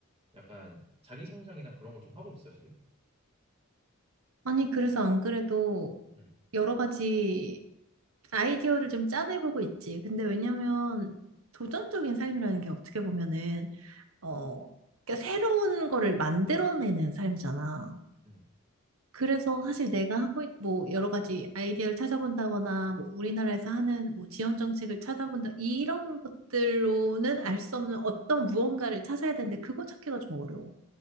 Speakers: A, on the right (about 25°); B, on the right (about 70°).
A: 약간 자기 성장이나 그런 걸 좀 하고 있어 지금?
B: 아니, 그래서 안 그래도
A: 음,
B: 여러 가지 아이디어를 좀 짜내보고 있지. 근데 왜냐면 도전적인 삶이라는 게 어떻게 보면은, 어, 그러니까 새로운 거를 만들어내는 삶이잖아.
A: 음.
B: 그래서 사실 내가 하고, 있- 뭐, 여러 가지 아이디어를 찾아본다거나, 뭐, 우리나라에서 하는 뭐, 지원 정책을 찾아본다, 이런 것들로는 알 수 없는 어떤 무언가를 찾아야 되는데, 그거 찾기가 좀 어려워.